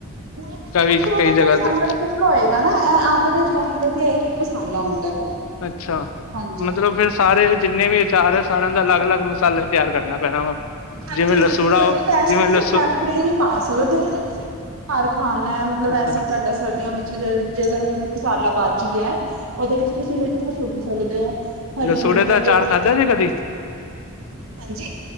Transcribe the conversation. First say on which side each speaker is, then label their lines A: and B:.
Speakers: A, on the right; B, on the left.
A: ਨਹੀਂ-ਨਹੀਂ
B: ਕਈ
A: ਉਹ ਫਿਰ ਉਹਦਾ
B: ਕਈ ਜਗ੍ਹਾ ਤੇ
A: ਮਸਾਲਾ ਹੋਏਗਾ ਨਾ ਇਹ ਅੰਬ ਦੇ ਅਚਾਰ ਦੇ ਤੇ ਇਹੀ ਮਸਾਲਾ ਹੁੰਦਾ ਫਿਰ।
B: ਅੱਛਾ!
A: ਹਾਂਜੀ
B: ਮਤਲਬ ਫੇਰ- ਸਾਰੇ ਜਿੰਨੇ ਵੀ ਆਚਾਰ ਹੈ, ਸਾਰਿਆਂ ਦਾ ਅਲੱਗ- ਅਲੱਗ ਮਸਾਲੇ ਤਿਆਰ ਕਰਨਾ ਪੈਣਾ ਵਾ।
A: ਹਾਂਜੀ-
B: ਜਿਵੇਂ ਲਸੂੜਾ
A: ਹਾਂਜੀ ਮਤਲਬ ਵੈਸੇ
B: ਜਿਵੇਂ
A: ਤੁਸੀਂ
B: ਲਸੂ
A: ਟੈਂਪਰੇਰੀ ਪਾ ਸਕੋ ਜ ਤੁਸੀਂ। ਘਰ ਖਾਣਾ ਮਤਲਬ ਵੈਸੀੇ
B: ਅੱਛਾ
A: ਕਦੇ। ਸਰਦੀਆਂ ਵਿੱਚ ਜਿਸ ਦਿਨ ਮਸਾਲਾ ਬਚ ਗਿਆ ਉਹਦੇ ਵਿੱਚ ਤੁਸੀਂ ਮਿਰਚ। ਸੁੱਟ ਸਕਦੇ ਹੋ। ਹਰੀਆਂ
B: ਲਸੋੜੇ
A: ਮਿਰਚਾਂ
B: ਦਾ ਅਚਾਰ
A: ਚ
B: ਖਾਧਾ ਜੇ ਕਦੀ।
A: ਹਾਂਜੀ